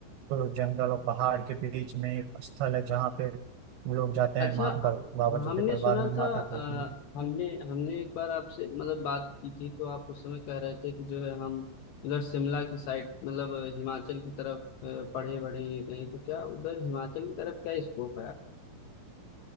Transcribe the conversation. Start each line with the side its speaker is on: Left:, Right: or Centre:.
Right: तो जंगल और पहाड़ के बीच में एक स्थल है जहाँ पे लोग जाते
Left: अच्छा
Right: हैं माँ
Left: अ-
Right: बर- बाबा जी
Left: हमने
Right: के दरबार
Left: सुना
Right: में माथा
Left: था अ,
Right: टेकने
Left: हमने हमने एक बार आपसे मतलब बात की थी तो आप उस समय कह रहे थे कि जो है हम उधर शिमला की साइड मतलब अ, हिमाचल की तरफ अ, पढ़े बढ़े गए तो क्या उधर हिमाचल की तरफ क्या स्कोप है आपके